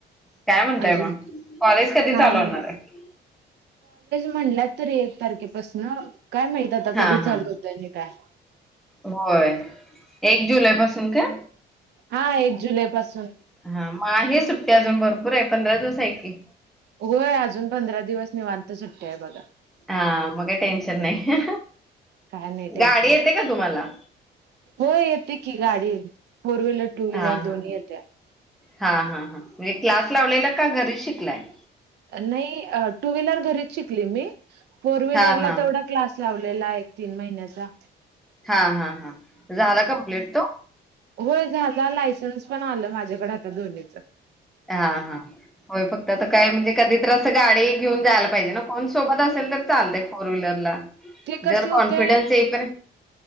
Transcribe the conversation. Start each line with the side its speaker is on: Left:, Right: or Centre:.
Centre: काय म्हणताय
Right: अजून
Centre: मग, कॉलेज कधी
Right: काय
Centre: चालू होणार आहे?
Right: म्हणाल्यात तरी एक तारखेपासन काय माहित आता
Centre: हा
Right: कधी
Centre: हा
Right: चालु होतय आणि काय?
Centre: होय एक जुलै पासून का?
Right: हा एक जुलै पासून.
Centre: हा मग आहे. सुट्टी अजून भरपूर आहे. पंधरा दिवस हाय की.
Right: होय अजून पंधरा दिवस निवांत सुट्टी आहे बघा.
Centre: हा मग टेन्शन नाही.
Right: काय नाही टेन्शन
Centre: गाडी येते का तुम्हाला?
Right: होय येते की गाडी फोर व्हीलर, टू व्हीलर
Centre: हा हा
Right: दोन्ही येत्या.
Centre: हा हा हा म्हणजे क्लास लावलेला का घरीच शिकलाय?
Right: नाही टू व्हीलर घरीच शिकली मी फोर व्हीलरला
Centre: हा हा
Right: तेवढा क्लास लावलेला आहे, तीन महि सा
Centre: हा हा हा झाला कम्पलेट तो?
Right: होय झालं लायसन्स पण आलं माझ्याकडे आता दोन्हीच.
Centre: हा हा होय फक्त आता काय म्हणजे कधीत असं गाडी घेऊन जायला पाहिजे, ना कोण सोबत असेल तर चालत फोर व्हीलरला.
Right: ते कस
Centre: जर
Right: होते,
Centre: कॉन्फिडन्स येईपर्यंत